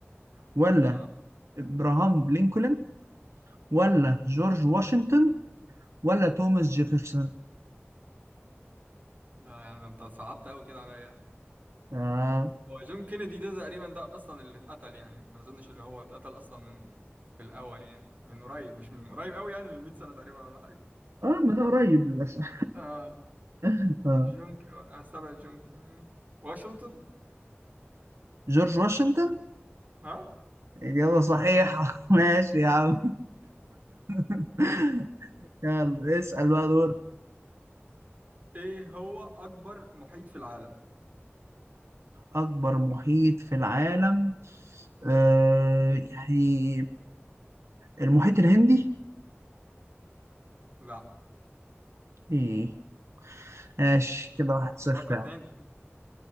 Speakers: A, on the right (about 90°); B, on the right (about 35°).
A: ولا
B: ده
A: ابراهام لينكولن ولا جورج واشنطن ولا توماس جيفرسون
B: ده يعني انت صعبت قوي كده عليا
A: اه
B: هو جون كينيدي ده تقريبا ده اصلا اللي اتقتل يعني ما اظنش اللي هو اتقتل اصلا من في الاول يعني من قريب مش من قريب قوي يعني من 100 سنة تقريبا ولا حاجة
A: اه ما ده قريب للاسف
B: آه
A: <laughs> آه.
B: جون ك- استبعد جون ك- واشنطن
A: جورج واشنطن
B: ها
A: إجابة صحيحة <laughs> ماشي يا عم <laughs> يلا اسأل بقى دور
B: ايه هو اكبر محيط في العالم
A: أكبر محيط في العالم آه يعني المحيط الهندي
B: لا
A: إيه ماشي كده واحد صفر
B: فكر
A: يا
B: تاني
A: عم.